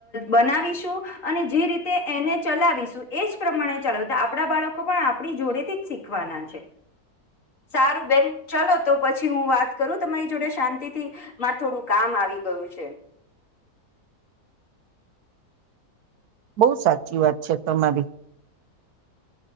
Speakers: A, on the left; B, on the right.
A: બનાવીશું અને જે રીતે એને ચલાવીશું એજ પ્રમાણે ચાલો આપણા બાળકો પણ આપણી જોડેથી જ શીખવાના છે સારું બેન ચલો તો પછી હું વાત કરું તમારી જોડે શાંતિથી મારે થોડું કામ આવી ગયું છે.
B: બહુ સાચી વાત છે તમારી